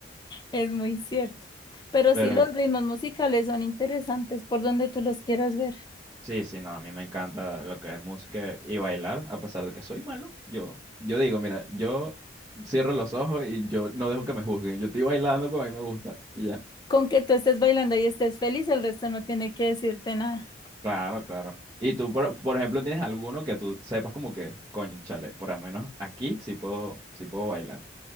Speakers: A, on the left; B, on the right.
A: Es muy cierto. Pero
B: Pero
A: sí, los ritmos musicales son interesantes por donde tú los quieras ver.
B: Sí, sí, no, a mí me encanta lo que es música y bailar, a pesar de que soy malo. Yo, yo digo, mira, yo cierro los ojos y yo no dejo que me juzguen. Yo estoy bailando como a mí me gusta y ya.
A: Con que tú estés bailando y estés feliz, el resto no tiene que decirte nada.
B: Claro, claro. Y tú, por, por ejemplo, tienes alguno que tú sepas como que, coño, chale, por lo menos aquí sí puedo, sí puedo bailar.